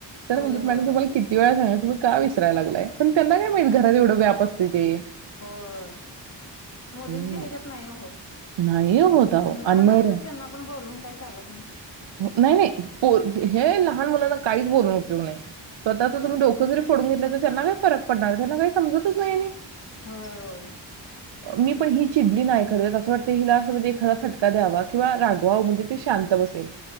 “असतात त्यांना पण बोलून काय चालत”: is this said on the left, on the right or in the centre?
Left